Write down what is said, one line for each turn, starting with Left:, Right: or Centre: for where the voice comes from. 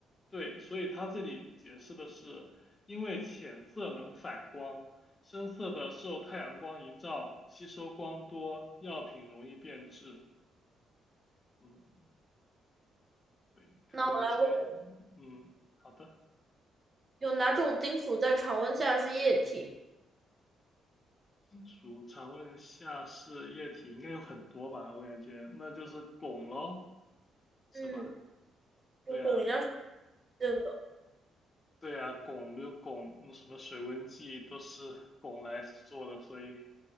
Left: 对，所以他这里解释的是，因为浅色能反光，深色的受太阳光一照，吸收光多，药品容易变质。嗯，对，可能有些，
Right: 那我来问
Left: 嗯，好的。
Right: 有哪种金属在常温下是液体？
Left: 金属常温下是液体，应该有很多吧？我感觉那就是汞喽，是吧？
Right: 嗯，
Left: 对啊，
Right: 这种应该是不见的。
Left: 对啊，汞就汞，那什么水温计都是汞来做的，所以